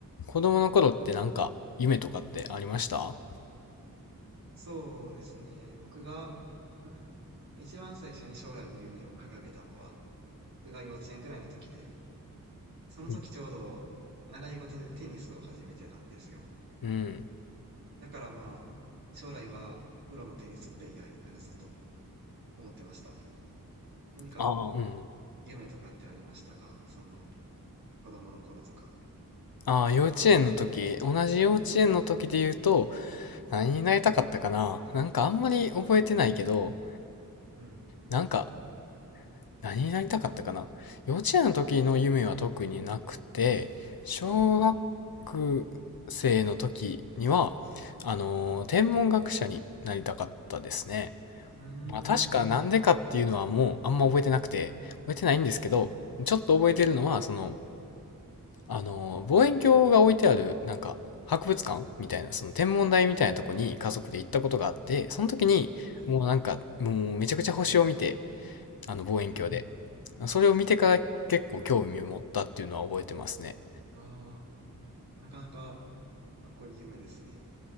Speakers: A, on the left; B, on the right.
A: 子供の頃ってなんか夢とかってありました
B: そうですね。僕が、<clears throat> うん一番最初に将来の夢を掲げたのは、僕が幼稚園ぐらいの時で、その時ちょうど習い事でテニスを始めてたんですよ。
A: うん。うん
B: だからまあ、将来はプロのテニスプレイヤーになるぞと思ってました。何か
A: ああ、うん。
B: 夢とかってありましたかその子供の頃とか。
A: ああ、幼稚園の時、同じ幼稚園の時で言うと、何になりたかったかななんかあんまり覚えてないけど、
B: うん。
A: なんか何になりたかったかな幼稚園の時の夢は特になくて、小学生の時には、あのー天文学者になりたかったですね。
B: うーん。
A: まあ、確かなんでかっていうのはもうあんま覚えてなくて、覚えてないんですけど、
B: うん。
A: ちょっと覚えてるのは、その、あの、望遠鏡が置いてある、なんか、博物館みたいな、その天文台みたいなとこに家族で行ったことがあって、その時に、
B: はい。
A: もうなんか、もうめちゃくちゃ星を見て、あの望遠鏡で。
B: うん。
A: それを見てから結構興味を持ったっていうのは覚えてますね。
B: ああ、なかなかかっこいい夢ですね。